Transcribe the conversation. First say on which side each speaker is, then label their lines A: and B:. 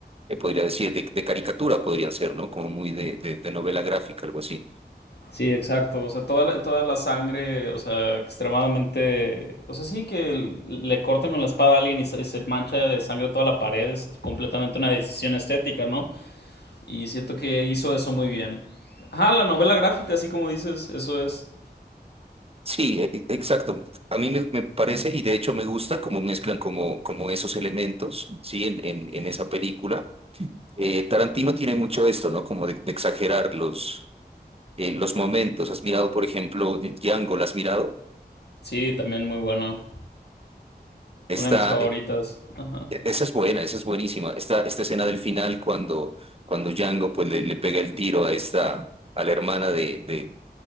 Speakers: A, on the right; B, on the left.
A: eh, podría decir, de, de caricatura podrían ser, ¿no? Como muy de, de- de novela gráfica, algo así.
B: Sí, exacto. O sea, toda la, toda la sangre, o sea, extremadamente... O sea, sí que l- le cortan con la espada a alguien y se, y se mancha de sangre toda la pared. Es completamente una decisión estética, ¿no? Y siento que hizo eso muy bien. Ajá, la novela gráfica, así como dices, eso es.
A: Sí, e- e- exacto. A mí me, me parece y de hecho me gusta cómo mezclan como, como esos elementos, ¿sí? En, en, en esa película Eh, Tarantino tiene mucho esto, ¿no? Como de, de exagerar los, eh, los momentos. ¿Has mirado, por ejemplo, Django? ¿La has mirado?
B: Sí, también muy buena.
A: Esta,
B: Una de mis favoritas.
A: eh,
B: Ajá.
A: e, esa es buena, esa es buenísima. Esta, esta escena del final cuando, cuando Django pues, le, le pega el tiro a esta, a la hermana de, de-